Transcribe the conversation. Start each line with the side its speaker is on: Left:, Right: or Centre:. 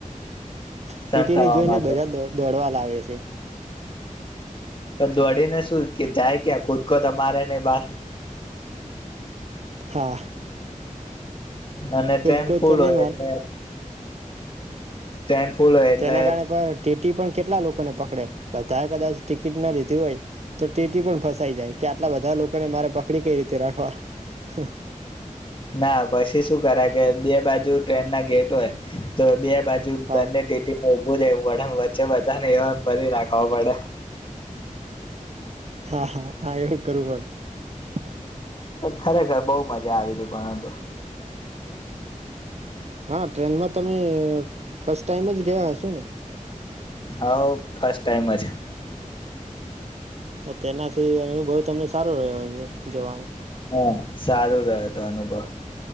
Right: ટીટી
Left: સંતાવા
Right: ને જોઈ
Left: માટે
Right: ને બધા દો દોડવા લાવે છે.
Left: પણ દોડીને શું કે જાય ક્યાં કુદકો તો‌ મારે ને બહાર
Right: હા
Left: અને ટ્રેન
Right: કૂદકૂદ
Left: ફૂલ
Right: તો નહીં
Left: હોય
Right: માર
Left: એટલે ટ્રેન ફૂલ હોય એટલે
Right: તેના કારણે પણ ટીટી પણ કેટલા લોકોને પકડે બધાએ કદાચ ટિકિટ ના લીધી હોય તો ટીટી પણ ફસાઈ જાય કે આટલા બધા લોકોને મારે પકડી કઈ રીતે રાખવા
Left: ના પછી શું કરાય કે બે બાજુ ટ્રેન ના ગેટ હોય તો બે બાજુ
Right: હા
Left: બને ટીટી માં ઉભું રેવું વદા માં વચ્ચે બધા ને એવા ભરી રાખવા પડે
Right: હા હા હા એવું કરવું પડે
Left: ખરેખર બહુ મજા આવી તી પરંતુ
Right: હા ટ્રેનમાં તમે ફસ્ટ ટાઈમ જ ગિયા હશો ને
Left: હો ફર્સ્ટ ટાઈમ અજ
Right: હ તેનાથી અનુભવ તમને સારો રહ્યો છે જવાનો
Left: હા સારું રેહ્યો તો અનુભવ